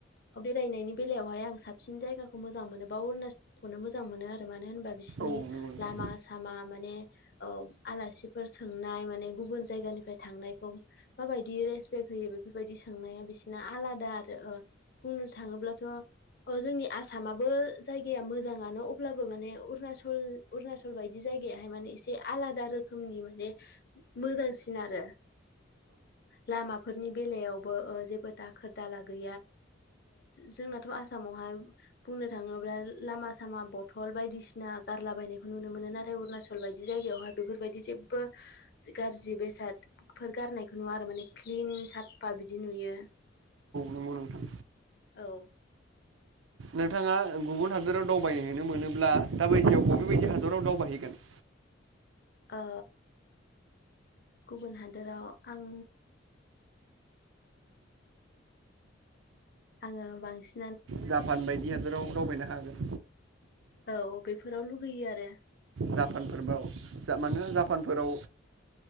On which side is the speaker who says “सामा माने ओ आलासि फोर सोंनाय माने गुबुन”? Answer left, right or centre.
Left